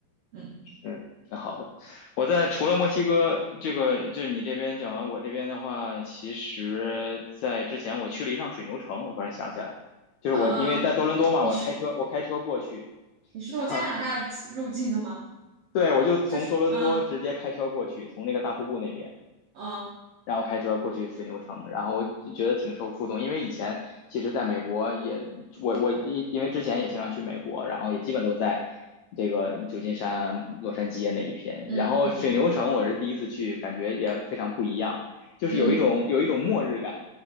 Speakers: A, on the right (about 80°); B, on the left (about 85°).
A: 嗯
B: 是挺好的。我在除了墨西哥这个，就是你这边讲完，我这边的话，其实在之前我去了一趟水牛城，我突然想起来，就是我因为在多伦多嘛，
A: 嗯嗯，嗯你是
B: 我开车我开车过去，<laughs>
A: 你是从加拿大入境的吗？
B: 然后对我就从多伦多直接开车过去，
A: 就是嗯
B: 从那个大瀑布那边。
A: 嗯
B: 然后开车过去水牛城，然后我觉得挺受触动，因为以前其实在美国也，我我因因为之前也经常去美国，然后也基本都在这个旧金山啊、洛杉矶啊那一片，
A: 嗯嗯
B: 然后水牛城我是第一次去，感觉也非常不一样，就是有一种有一种末日感，
A: 嗯